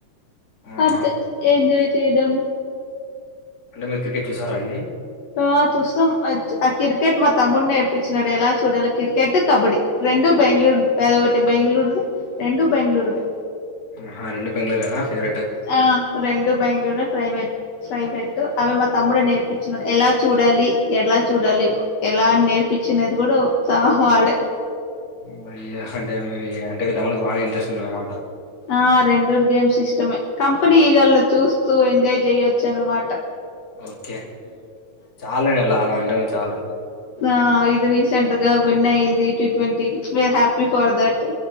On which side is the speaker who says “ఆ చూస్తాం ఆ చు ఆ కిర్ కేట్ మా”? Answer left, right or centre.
Left